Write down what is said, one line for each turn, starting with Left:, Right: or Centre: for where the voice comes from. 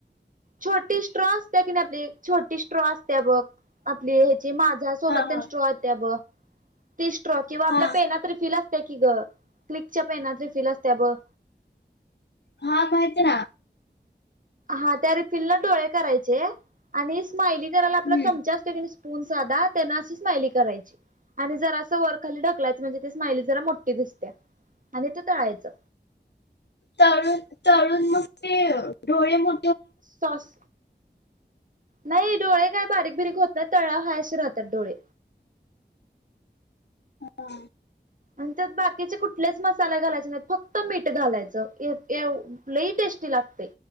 Right: छोटी स्ट्रॉ असत्या कि नाही आपली छोटी स्ट्रॉ असते बघ आपली ह्याची माझा सोबत
Left: हा हा
Right: तेन स्ट्राॅ येता बघ ती स्ट्रॉ किंवा आपल्या
Left: हा
Right: पेनात रिफील असत्या की ग क्लिकच्या पेनात रिफील असत्या बघ
Left: हा माहीतीय ना
Right: हा त्या रिफिलनं डोळे करायचे. आणि स्माइली करायला
Left: हम्म
Right: आपला चमचा असतोय कणी स्पून साधा त्यांन अशी स्मायली करायची. आणि जरासं वरखाली ढकलायचं म्हणजे ते स्मायली जरा मोठी दिसत्या आणि ते तळायचं
Left: तळून तळून मग ते डोळे मो
Right: सॉस नाही डोळे काय बारीक बिरीक काय होत नाही तळल्यावर हाय असे राहतात डोळे
Left: हा
Right: आणि त्यात बाकीचे कुठलेच मसाले घालायचे नाहीत फक्त मीठ घालायचं एक एव लई टेस्टी लागतय.